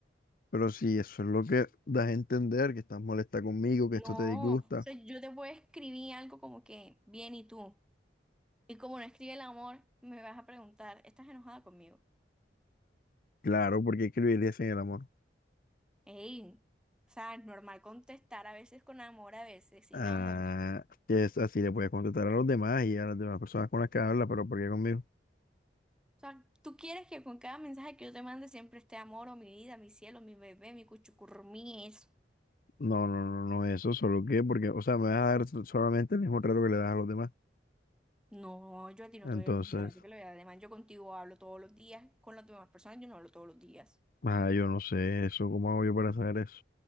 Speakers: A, on the left; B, in the centre.
A: pero si eso es lo que das a entender, que estás molesta conmigo, que
B: No,
A: esto te disgusta.
B: o sea, yo te puedo escribir algo como que, bien, ¿y tú? Y como no escribe el amor, me vas a preguntar, ¿estás enojada conmigo?
A: Claro, porque escribirías en el amor.
B: Ey, o sea, es normal contestar a veces con amor, a veces sin
A: Ah,
B: amor.
A: que es así, le puedes contestar a los demás y a las demás personas con las que hablas, pero ¿por qué conmigo?
B: O sea, tú quieres que con cada mensaje que yo te mande siempre esté amor o mi vida, mi cielo, mi bebé, mi cuchucurrumí, eso.
A: No, no, no, no, eso, solo que, porque, o sea, me vas a dar solamente el mismo trato que le das a los demás.
B: No, yo a ti no
A: Entonces,
B: te doy el mismo trato que le doy. Además, yo contigo hablo todos los días. Con las demás personas yo no hablo todos los días.
A: ah, yo no sé eso, ¿cómo hago yo para saber eso?